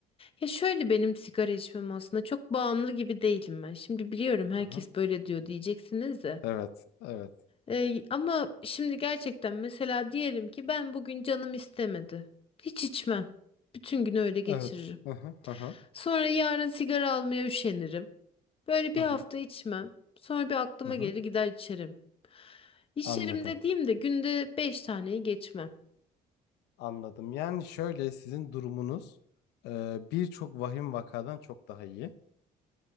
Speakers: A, on the left; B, on the left.
A: ya şöyle benim sigara içmem aslında çok bağımlı gibi değilim ben. Şimdi biliyorum herkes
B: Hı hı.
A: böyle diyor diyeceksiniz de.
B: Evet, evet,
A: Ee, ama şimdi gerçekten mesela diyelim ki ben bugün canım istemedi. Hiç içmem. Bütün günü öyle geçiririm.
B: evet. Hı hı, hı hı.
A: Sonra yarın sigara almaya üşenirim. Böyle bir
B: Hı hı.
A: hafta içmem. Sonra bir aklıma
B: Hı hı.
A: gelir gider içerim. İçerim
B: Anladım,
A: dediğimde günde 5 taneyi geçmem.
B: anladım. Yani şöyle sizin durumunuz e, birçok vahim vakadan çok daha iyi.